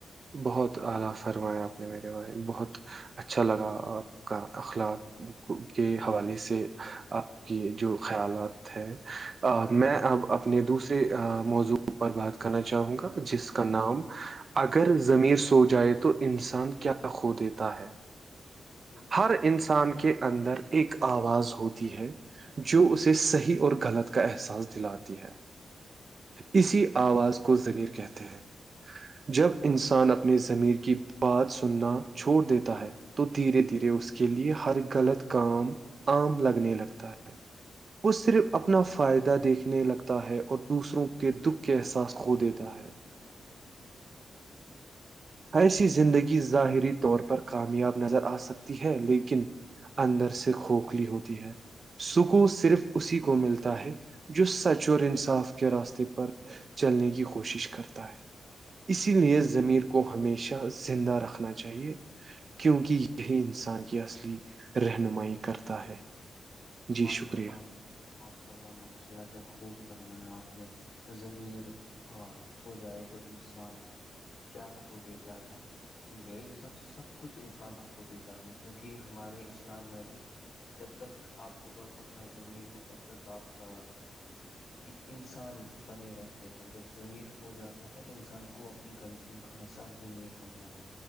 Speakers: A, on the right; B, on the left.
A: بہت آلہف فرمایا آپ نے میرے ب بہت اچھا لگا آپ کا اخلاق کے حوالے سے آپ کی جو خیالات ہے میں اب اپنے دوسرے موضوع پر بات کرنا چاہوں گا جس کا کا نام اگر زمیر سو جائے تو انسان کیا کو دیتا ہے
B: بالکل
A: ہر انسان کے اندر ایک آواز ہوتی ہے جو اسے صحیح اور غلط کا احساس دلاتی ہے اسی آواز کو ضمیر کہتے ہیں جب انسان اپنی زمیر کی ب بات سننا چھوڑ دیتا ہے تو دھیرے دھیرے اس کے لیے ہر غلط کام آم لگنے لگتا ہے
B: <inaudible>
A: وہ صرف اپنا فائدہ دیکھنے لگتا ہے اور دوسروں کے دکھ کے احساس کھو دیتا ہے
B: <inaudible>
A: ایس یی زندگی ظاہری طور پر کامیاب نظر آ سکتی ہے لیکن اندر سے کھوکھلی ہوتی ہے سکو صرف اسی کو ملتا ہے جو سچ اور انصاف کے راستے پر چلنے کی کوشش کرتا ہے اسی لیے زمیر کو ہمیشہ زندہ رکھنا چاہیے کیونکہ یہی انسان کی اصلی رہنمائی کرتا ہے جی
B: ماشاء
A: شکریہ
B: اللہ ماشاء اللہ ماشاء اللہ کیا خوب فرمایا آپ نے زضمیر سو جائے تو انسان کیا کھو دیتا ہے میرے حساب سے سب کچھ انسان کو کو دیتا ہے کیونکہ ہمارے اسلام میں بھی جب تک آپ کے پاس اپنا زمین ہو تب تک آپ ایک انسان بنے رہتے ہیں جب زمیر کھو جاتا ہے انسان کو اپنی غلطیوں کا احساس بھی نہیں ہوتا ہے